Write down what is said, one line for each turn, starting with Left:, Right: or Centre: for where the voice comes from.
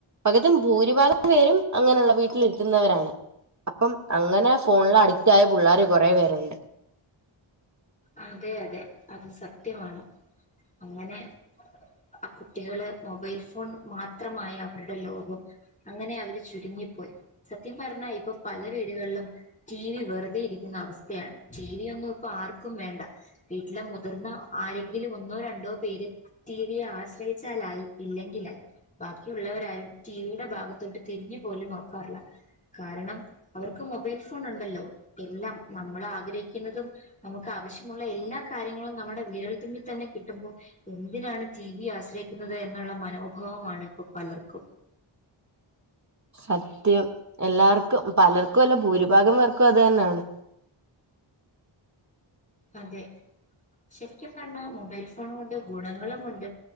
Right: പകുതിം ഭൂരിഭാഗം പേരും അങ്ങനെള്ള വീട്ടിലിരുത്തുന്നവരാണ് അപ്പം അങ്ങനെ ഫോണില് അഡിക്റ്റ് ആയ പുള്ളാര് കൊറെ പേരുണ്ട്
Left: അതെ അതെ അത് സത്യമാണ് അങ്ങനെ മ് കുട്ടികള് മൊബൈൽ ഫോൺ മാത്രമായി അവരുടെ ലോകം അങ്ങനെ അവര് ചുരുങ്ങിപ്പോയി സത്യം പറഞ്ഞാ ഇപ്പൊ പല വീടുകളിലും ടി വി വെറുതെ ഇരിക്കുന്ന അവസ്ഥയാണ് ടി വി ഒന്നും പ്പ ആർ ക്കും വേണ്ട വീട്ടിലെ മുതിർന്ന ആരെങ്കിലും ഒന്നോ രണ്ടോ പേര് ടി വിയെ ആശ്രയിച്ചാലായി ഇല്ലെങ്കിലായി ബാക്കിയുള്ളവരാരും ടിവിയുടെ ഭാഗത്തോട്ട് തിരിഞ്ഞു പോലും നോക്കാറില്ല കാരണം അവർക്ക് മൊബൈൽ ഫോൺ ഉണ്ടല്ലോ എല്ലാം നമ്മൾ ആഗ്രഹിക്കുന്നതും നമുക്ക് ആവശ്യമുള്ള എല്ലാ കാര്യങ്ങളും നമ്മുടെ വിരൽ തുമ്പിൽ തന്നെ കിട്ടുമ്പോ എന്തിനാണ് ടി വി ആശ്രയിക്കുന്നത് എന്നുള്ള മനോഭാവമാണ് ഇപ്പൊ പലർക്കും
Right: സത്യം എല്ലാവർക്കും പലർക്കും അല്ല ഭൂരിഭാഗം പേർക്കും അത് തന്നാണ്
Left: അതെ ശരിക്കും പറഞ്ഞാ മൊബൈൽ ഫോൺ കൊണ്ട് ഗുണങ്ങളുമുണ്ട്